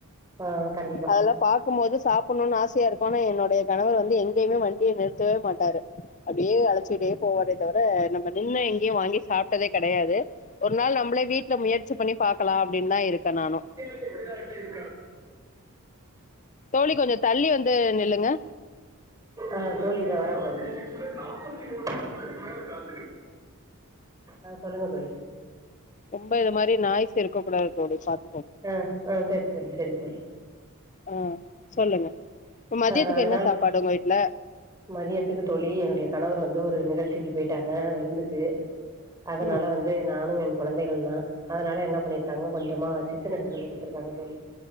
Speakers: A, on the right; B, on the left.
A: ஆ கண்டிப்பா
B: அதெல்லா பாக்கும்போது சாப் புணுனு ஆசையா இருக்கு ஆனா என்னுடைய கணவர் வந்து எங்கயுமே வண்டிய நிறுத்தவே மாட்டாரு அப்படியே வ லச்சி அப்டியே போவாரே தவிர நம்ம நின்னு எங்கேயு வாங்கி சாப்ட்டதே கிடையாது ஒரு நாள் நம்மளே வீட்ல முயற்சி பண்ணி பாக்கலா அப்படின்னு தா இருக்கே நானு
A: கரெக்டு
B: தோழி கொஞ்சோ தள்ளி வந்து நில்லுங்க
A: ஆ தோழி இதோ வரே தோழி <inaudible> <inaudible> ஆ சொல்லுங்க தோழி
B: ரொம்ப இத மாரி நாய்ஸ் இருக்க கூடாது தோழி பாத்
A: ஆ ஆ சரி தோழி சரி தோழி
B: ஆ சொல்லுங்க மதியத்துக்கு
A: ஆ அதனால
B: என்ன சாப்பாடு ஒங்க வீட்ல
A: மதியத்துக்கு தோழி என்னுடைய கணவர் வந்து ஒரு நிகழ்ச்சிக்கு போயிட்டாங்க விருந்துக்கு அதுனால
B: ம்
A: வந் து நானு எ கொழந்தைகள் தா அதுனால என்ன பண்ணிருக்காங்க கொஞ்சமா சிக்கன் எடுத்துட்டு வந்து குடுத்துருக்காங்க தோழி